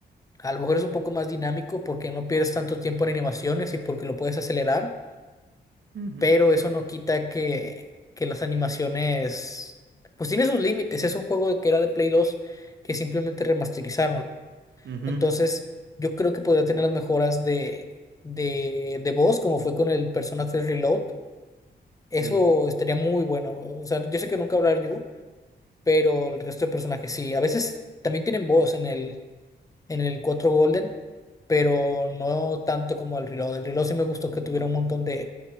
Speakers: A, on the left; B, on the right.
A: A lo mejor es un poco más dinámico porque no pierdes tanto tiempo en animaciones y porque lo puedes acelerar,
B: ujú,
A: pero eso no quita que, que las animaciones, pues tiene sus límites. Es un juego que era de Play 2 que simplemente remasterizaron.
B: ujú,
A: Entonces, yo creo que podría tener las mejoras de, de, de voz, como fue con el Persona 3 Reload. Eso
B: sí.
A: estaría muy bueno. O sea, yo sé que nunca hablar yo, pero el resto de personajes sí. A veces también tienen voz en el en el cuatro Golden, pero no tanto como el reloj. El reloj sí me gustó que tuviera un montón de,